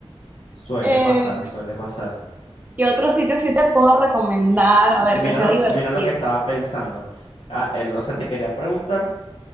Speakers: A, on the left (about 80°); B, on the right (about 15°).
A: Suele
B: Eh,
A: pasar, suele pasar.
B: ¿qué otro sitio sí te puedo recomendar?
A: M-
B: A
A: Mira
B: ver, que sea
A: lo,
B: divertido.
A: mira lo que estaba pensando. Ah, el- o sea, te quería preguntar.